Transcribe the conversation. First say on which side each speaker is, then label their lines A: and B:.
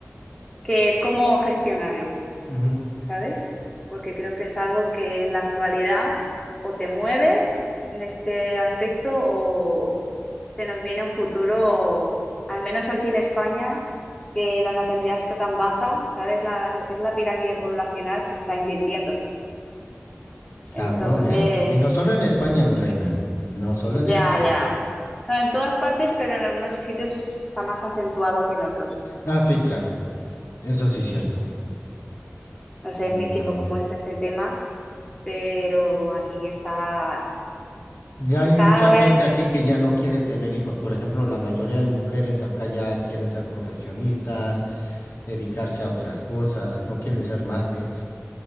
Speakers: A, on the left (about 15°); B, on the left (about 75°).
A: que cómo gestionarlo.
B: Ujú.
A: ¿sabes? Porque creo que es algo que en la actualidad o te mueves en este aspecto o se nos viene un futuro, al menos aquí en España, que la natalidad está tan baja, ¿sabes? La- lo que es la pirámide poblacional se está invirtiendo. Entonces,
B: Cabrón, ¿eh? Y no solo en España, mi reina. No solo
A: ya,
B: en España.
A: ya. No, en todas partes, pero en algunos sitios es- está más acentuado que en otros.
B: Ah, sí, claro. Eso sí es cierto.
A: No sé
B: Definitivamente.
A: en México cómo está este tema, pero aquí está,
B: Ya
A: está,
B: hay mucha
A: a
B: gente aquí que ya no quiere tener hijos. Por ejemplo, la mayoría de mujeres acá ya quieren ser profesionistas, dedicarse a otras cosas, no quieren ser madres.